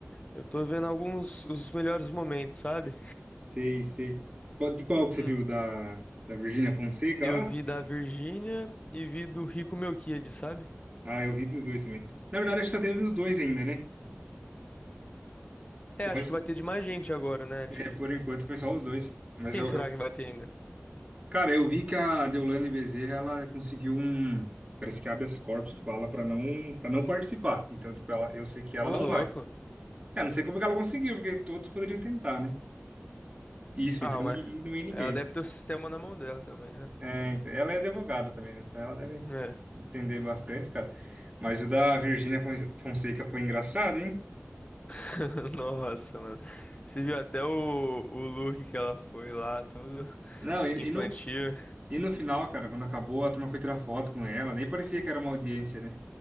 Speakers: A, on the left (about 30°); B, on the right (about 25°).
A: eu tô vendo alguns os melhores momentos, sabe?
B: Sei, sei. Qual- De qual que
A: Hum,
B: você viu? Da, da Virgínia Fonseca
A: eu
B: lá?
A: vi da Virgínia e vi do Rico Meu Kid, sabe?
B: Ah, eu vi dos dois também. Na verdade, acho que só teve nos dois ainda, né?
A: É,
B: Eu
A: acho
B: acho...
A: que vai ter de mais gente agora, né? De.
B: É, por enquanto foi só os dois. Mas
A: Quem
B: eu,
A: será
B: eu...
A: que vai ter ainda?
B: Cara, eu vi que a Deolane Bezerra, ela conseguiu um... Parece que habeas corpus que fala pra não, para não participar. Então, tipo, ela... eu sei que ela
A: Ô,
B: não
A: louco.
B: vai. Cara, não sei como que ela conseguiu, porque todos poderiam tentar, né? Isso,
A: Ah,
B: então,
A: mas.
B: e, e não ia ninguém,
A: Ela deve
B: né?
A: ter o sistema na mão dela também, né?
B: É, então, ela é advogada também, né? Então ela deve
A: É.
B: entender bastante, cara. Mas o da Virgínia Fon- Fonseca foi engraçado, hein?
A: <laughs> Nossa, mano. Você viu até o, o look que ela foi lá, todo
B: Não, e,
A: infantil.
B: e no, e no final, cara, quando acabou, a turma foi tirar foto com ela, nem parecia que era uma audiência, né?